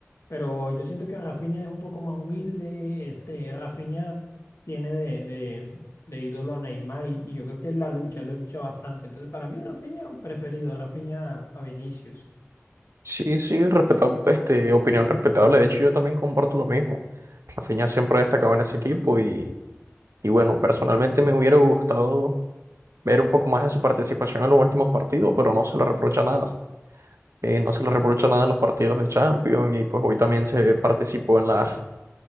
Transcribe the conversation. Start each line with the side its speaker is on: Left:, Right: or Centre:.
Left: Pero yo siento que Rafinha es un poco más humilde. Este, Rafinha tiene de, de, de ídolo a Neymar y, y yo creo que él la lucha, él la lucha bastante. Entonces, para mí, Rafinha preferido, Rafinha a Vinicius.
Right: Sí, sí, respeta- este, opinión respetable. De hecho, yo también comparto lo mismo. Rafinha siempre ha destacado en ese equipo y, y bueno, personalmente me hubiera gustado ver un poco más de su participación en los últimos partidos, pero no se le reprocha nada. Eh, no se le reprocha nada en los partidos de Champions y pues hoy también se participó en la,